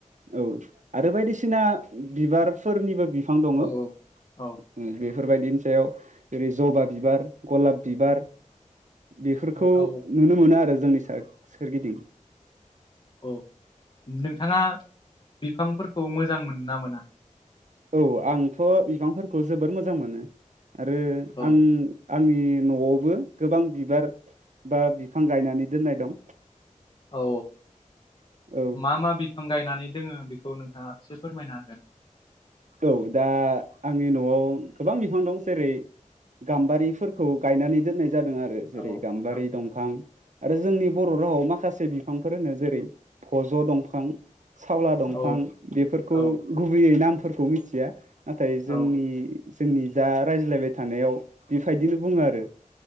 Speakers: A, on the right (about 65°); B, on the left (about 40°).
A: औ आरो बायदिसि सिना बिबारफोरनिबो बिफां दङ
B: औ
A: उम
B: औ
A: बे बेफोरबायदिनि सायाव जेरै जबा बिबार गलाब बिबार बेफोरखौ
B: औ
A: नुनो मोनो आरो जोंनि सा-सोरगिदिं
B: औ नोंथाङा बिफांफोरखौ मोजां मोनो ना मोना
A: औ आंथ बिफांफोरखौ जोबोर मोजां मोनो आरो
B: औ
A: आं आंनि नआवबो गोबां बिबार बा बिफां गायनानै दोननाय दं
B: औ
A: औ
B: मा मा बिफां गायनानै दोङो बे खौ नोंथाङा एसे फोरमायनो हागोन
A: औ दा आंनि नआव गोबां बिफां दं जेरै गाम्बारिफोरखौ गायनानै दोननाय जादों आरो जेरै
B: औ
A: गाम्बारि
B: औ
A: दंफां आरो जोंनि बर रावआव माखासे बिफांफोर होनो जेरै भज दंफां सावला दंफां
B: औ
A: बेफोरखौ
B: औ
A: गुबैयै नामफोरखौ मिथिया नाथाय जोंनि
B: औ
A: जोंनि जा रायज्लायबाय थानायाव बेफायदिनो बुङो आरो